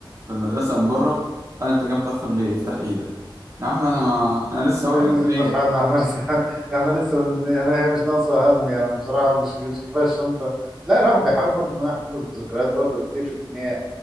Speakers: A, on the right; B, in the centre.
A: في المدرسة من بره هل أنت جاي متأخر ليه؟
B: مم.
A: افتح إيدك يا عم أنا ما أنا لسه
B: يا
A: أول
B: عم
A: يوم
B: سيبنا
A: ليا
B: في حالنا احنا لسه <laughs> احنا لسه من يعني هي مش ناقصة هم يعني بصراحة مش مش كفاية الشنطة لا الواحد بيحاول برضه ان هو يحتفظ بذكريات برضه كتير ان هي